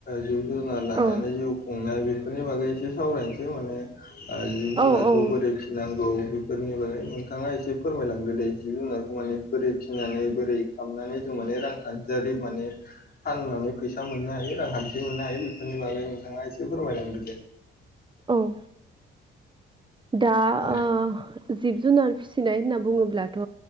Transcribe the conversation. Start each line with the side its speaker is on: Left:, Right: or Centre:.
Left: जिब जुनार लानानै
Right: औ
Left: जिउ खुंनाय बेफोरनि बागै एसे सावरायनोसै माने जिब जुनारखौ
Right: औ औ
Left: बोरै फिनांगौ बेफोरनि बागै नोंथाङा एसे फोरमायलांदो दै। जिब जुनारखौ माने बोरै फिसिनानै बोरै खालामनानै जों माने रांखान्थि जेरै माने फाननानै फैसा मोननो हायो रांखान्थि <unintelligible> बेफोरनि बागै नोंथाङा एसे फोरमायलांदो दे।
Right: औ दा
Left: औ
Right: ओ जिब जुनार फिसिनाय होनना बुङोब्लाथ'